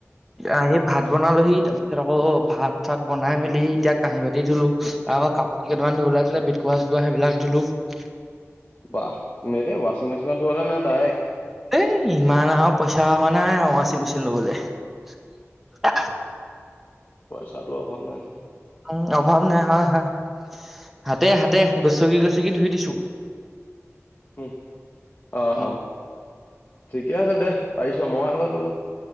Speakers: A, in the centre; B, on the left.
A: আহি ভাত বনালোঁহি৷ তাৰ পিছত আকৌ, ভাত-চাত বনাই মেলি এতিয়া কাঁহি-বাত ধুলোঁ৷ আকৌ কাপোৰকেইটামান ধুবলৈ আছিলে বেডক'ভাৰ-চেতক'ভাৰ সেইবিলাক ধুলোঁ ৷
B: বাহ! এ, হে, ৱাশ্বিং মেচিনত ধোৱা নে? নে ডাইৰেক্ট?
A: এই ইমান আৰু পইচা হোৱা নাই আৰু ৱাশ্বিং মেচিন ল'বলৈ।
B: পইচা তোৰ অভাৱ নাই নহয়৷
A: উ, অভাৱ নাই। হয়, হয়৷ হাতে, হাতে গছকি, গছকি ধুই দিছোঁ।
B: উ অ',
A: উ
B: অ', ঠিকে আছে দে পাইছ মই হ'লে তো